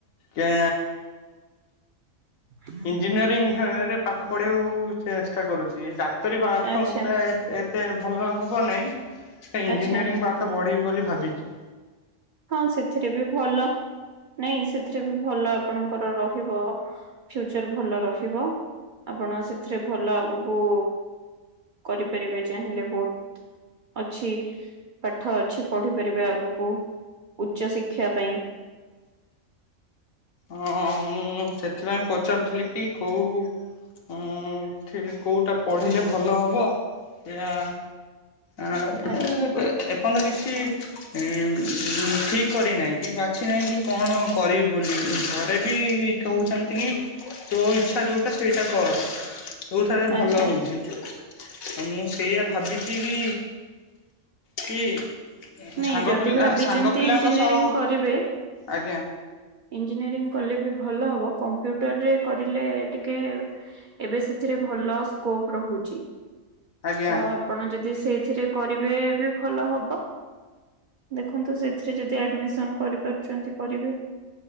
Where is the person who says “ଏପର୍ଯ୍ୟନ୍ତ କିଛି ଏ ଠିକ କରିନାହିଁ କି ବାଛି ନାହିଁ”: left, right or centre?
Left